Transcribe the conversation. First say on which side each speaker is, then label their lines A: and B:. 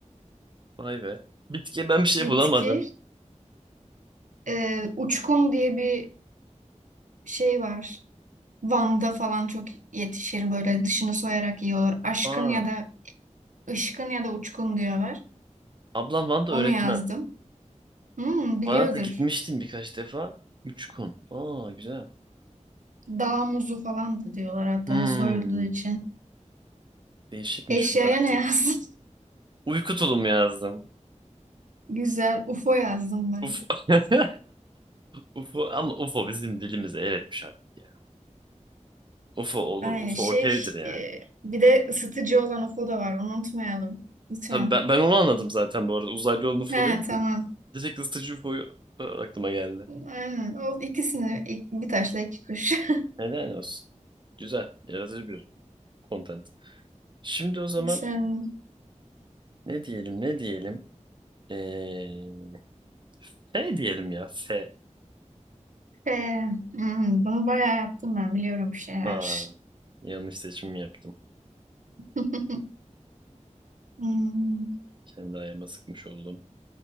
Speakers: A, on the right; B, on the right.
A: Vay be. Bitki ben bir şey
B: Bitki.
A: bulamadım.
B: Ee, uçkun diye bir şey var. Van'da falan çok yetişir böyle dışını soyarak yiyorlar. Aşkın
A: Aa,
B: ya da ışkın ya da uçkun diyorlar.
A: ablam Van'da
B: Onu
A: öğretmen.
B: yazdım. Hmm, biliyordur.
A: Van'a da gitmiştim birkaç defa. Üç gün. Aa güzel.
B: Dağ muzu falan da diyorlar hatta
A: Hmm,
B: soyulduğu için.
A: değişikmiş
B: Eşyaya
A: bu araştırma.
B: ne yazdın?
A: Uyku tulumu yazdım.
B: <laughs> Güzel. UFO yazdım ben.
A: Ufo. <laughs> Ufo ama Ufo bizim dilimize el etmiş artık ya. Ufo olur.
B: Aynı
A: Ufo
B: şey.
A: okeydir ya.
B: e, bir de ısıtıcı olan UFO da var. Onu unutmayalım. Lütfen.
A: Tabii ben, ben onu anladım zaten bu arada. Uzaylı olan Ufo
B: He
A: değil.
B: tamam.
A: Direkt ısıtıcı UFO'yu aklıma geldi.
B: Aynen. O ikisini ik- bir taşla iki kuş. <laughs>
A: Neden olsun. Güzel. Yaratıcı bir content. Şimdi o zaman
B: Sen
A: ne diyelim ne diyelim. Ee, F diyelim ya. F.
B: e, hmm, bunu bayağı yaptım ben. Biliyorum bir şeyler.
A: Aa, yanlış seçim yaptım.
B: <laughs> Hmm.
A: Kendi ayağıma sıkmış oldum.